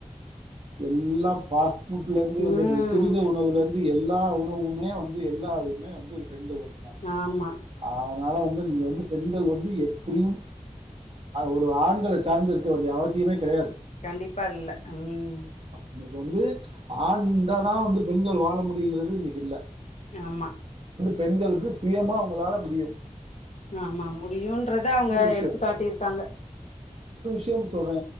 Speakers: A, on the right; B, on the left.
A: எல்லா பாஃஸ்ட் ட்ல இருந்து
B: ம்
A: வ துரித உணவுல இருந்து எல்லா உணவுமே வந்து எல்லாமே வந்து வந்துட்டாங்க
B: ஆமா
A: ஆ ன வந்து நீங்க வந்து பெண்கள் வந்து எப்படியு ஒரு ஆண்கள சார்ந்த இருக்க வேண்டிய அவசியமே கெடையாது
B: கண்டிப்பா இல்ல ம்
A: இன்னக்கி வந்து ஆண்இருந்தா தா வந்து பெண்கள் வாழ முடியுங்கிறது இன்னைக்கு இல்ல
B: ஆமா
A: பெண்களுக்கு சுயமா உங்களால முடியோ
B: ஆமா முடியும்ன்றத அவுங்க
A: விஷயம்
B: எடுத்துக்காட்டியிருக்காங்க
A: ம் சொல்றே